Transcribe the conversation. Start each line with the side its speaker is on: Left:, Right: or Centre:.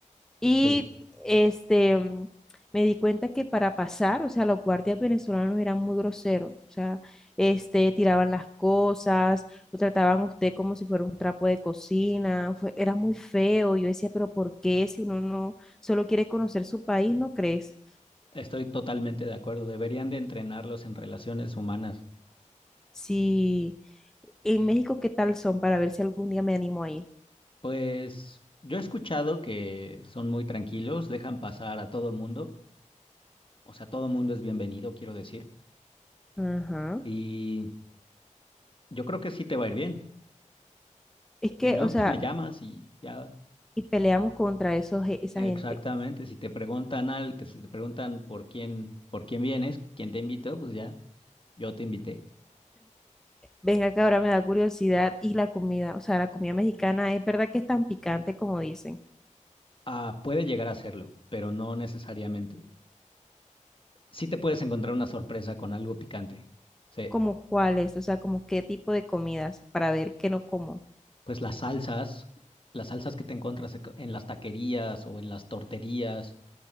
Centre: Y
Left: sí,
Centre: este, mm, me di cuenta que para pasar, o sea, los guardias venezolanos eran muy groseros, o sea, este, tiraban las cosas, lo trataban a usted como si fuera un trapo de cocina, fue- era muy feo. Yo decía, pero ¿por qué si uno no solo quiere conocer su país, no crees?
Left: estoy totalmente de acuerdo. Deberían de entrenarlos en relaciones humanas.
Centre: Si en México, ¿qué tal son para ver si algún día me animo a ir?
Left: Pues yo he escuchado que son muy tranquilos, dejan pasar a todo mundo. O sea, todo mundo es bienvenido, quiero decir.
Centre: Ajá.
Left: Y yo creo que sí te va a ir bien.
Centre: Es que,
Left: Si no,
Centre: o sea,
Left: pues me llamas y ya.
Centre: y peleamos contra esos, ge- esa
Left: Exactamente.
Centre: gente.
Left: Si te preguntan al, que si te preguntan por quién, por quién vienes, quién te invitó, pues ya, yo te invité.
Centre: Venga, que ahora me da curiosidad. Y la comida, o sea, la comida mexicana, ¿es verdad que es tan picante como dicen?
Left: Ah, puede llegar a serlo, pero no necesariamente. sí te puedes encontrar una sorpresa con algo picante. Sí,
Centre: ¿Como cuáles? O sea, como qué tipo de comidas para ver qué no como.
Left: pues las salsas, las salsas que te encuentras eco- en las taquerías o en las torterías